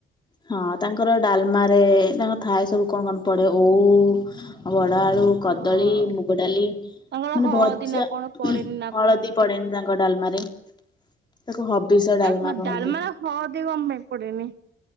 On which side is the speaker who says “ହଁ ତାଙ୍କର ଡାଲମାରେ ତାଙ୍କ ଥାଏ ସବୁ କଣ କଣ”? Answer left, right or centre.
Left